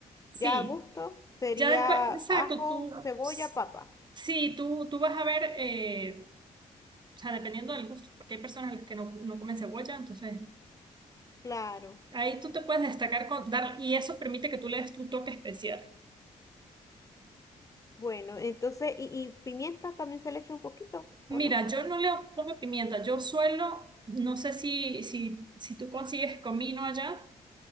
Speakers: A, on the right (about 30°); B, on the left (about 20°).
A: Sí,
B: Ya a gusto sería
A: ya después, exacto,
B: ajo,
A: tú,
B: cebolla,
A: s-
B: papa.
A: sí, tú, tú vas a ver, eh, o sea, dependiendo del gusto, porque hay personas a las que no, no comen cebolla, entonces
B: Claro,
A: ahí tú te puedes destacar con dar, y eso permite que tú le des tu toque especial.
B: bueno, entonces, y, y pimienta también se le echa un poquito, ¿o
A: Mira,
B: no?
A: yo no le pongo pimienta, yo suelo, no sé si, si, si tú consigues comino allá.